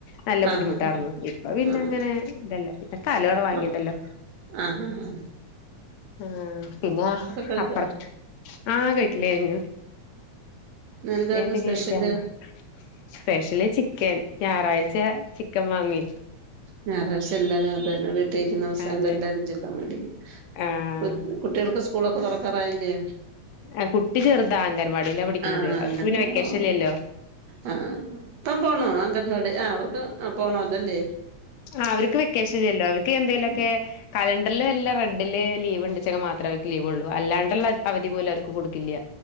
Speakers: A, on the left; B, on the right.
A: നല്ല ബുദ്ധിമുട്ടായിർന്നു.
B: ആഹ്
A: ഇപ്പ പിന്ന
B: ആഹ്
A: ങ്ങനെ ഇതല്ല. പിന്നെ സ്ഥലം വിടെ വാങ്ങിണ്ടല്ലോ.
B: ആ ആഹ്, ഹ, ഹ, ഹ
A: ആഹ്, പിന്നെ,
B: കഴിച്ചോ
A: അപ്പറത്ത് ആഹ് കട്ടില്ല കയിഞ്.
B: എന്തായിരുന്നു
A: വണ്ടെങ്ക
B: സ്പെഷ്യല്
A: <unintelligible> സ്പെഷ്യലി ചിക്കൻ ഞായറാഴ്ച ചിക്കൻ വാങ്ങി
B: ഞായറാഴശ്യം എല്ലാരും അതന്നെ വീട്ടിൽ കഴിക്കുന്നദിവസം
A: അതെ
B: എല്ലാരും ചീക്കൻ വേണ്ടി
A: ആഹ്
B: കൊ കുട്ടികൾക്ക് സ്കൂളൊക്കെ തുറക്കാറായില്ലേ?
A: ആഹ്, കുട്ടി ചെറുതാ അംഗൻവാടില്ലാ പടിക്ന്നത്
B: ആ
A: അവർക്ക്
B: അംഗൻവാടി
A: പിന്നെ വെക്കേഷൻ
B: ഓ
A: ഇല്ല ല്ലോ?
B: ആ ഇപ്പം പോണോ അങ്കൻവാടി, ആഹാ അവർക്ക് പോണല്ലോല്ലേ?
A: ആഹാ അവർക്ക് വെക്കേഷൻ ഇല്ലല്ലോ? അവർക്ക് എന്തേലുമൊക്കെ-
B: ആ
A: കലണ്ടറിൽല്ല റെഡില് ലീവ്- ഉണ്ടിച്ചെങ്കിൽ മാത്രമ അവർക്ക് ലീവ് ഉള്ളൂ, അല്ലാണ്ട്- ള്ള അവധി പോലും അവർക്ക് കൊടുക്കില്ല,